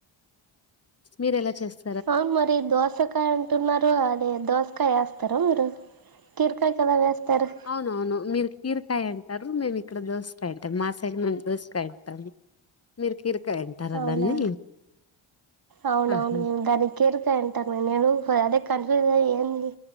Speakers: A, on the left (about 30°); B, on the right (about 45°).
A: మీర ఎలా చేస్త
B: అవును మరి దోసకాయ అంటున్నారు అది దోస్ కాయ అస్త స్తారా మీరు కిరక కదా వేస్తారు
A: అవునవును మీరు కీరకాయ అంటారు మేము ఇక్కడ దోసకాయ అంటాం మా సైడ్ మేము దోసకాయ అంటాము మీరు కీరకాయ అంటారా
B: అవునా
A: దాన్ని
B: అవునవును
A: ఆహా
B: దాని కిర్కాయ అంటారు నేను అదే కన్ఫ్యూజ్ అయి ఏంది